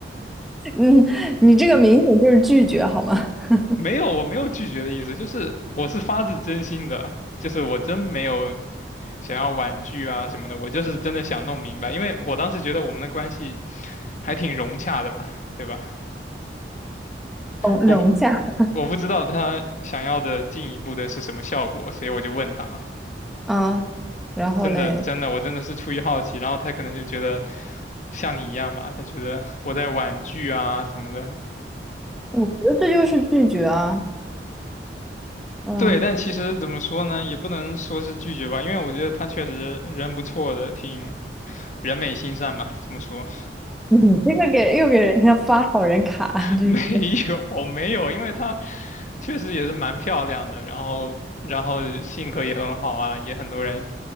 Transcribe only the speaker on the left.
没有，我没有拒绝的意思，就是我是发自真心的，就是我真没有想要婉拒啊什么的，我就是真的想弄明白，因为我当时觉得我们的关系还挺融洽的嘛，对吧？
我不我不知道他想要的进一步的是什么效果，所以我就问他嘛，
真的真的，我真的是出于好奇，然后他可能就觉得像你一样吧，他觉得我在婉拒啊什么的。
对，但其实怎么说呢，也不能说是拒绝吧，因为我觉得他确实人不错的，挺人美心善吧，这么说
<laughs>
没有没有，因为她确实也是蛮漂亮的，然后然后性格也很好啊，也很多人，